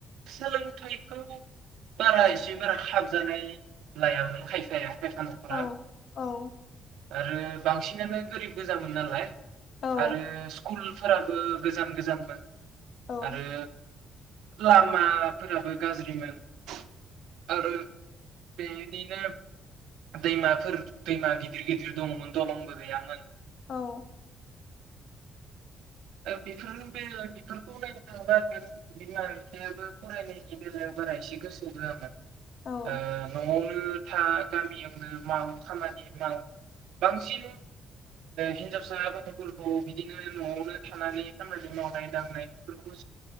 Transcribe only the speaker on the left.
औ औ
औ
औ
औ।
औ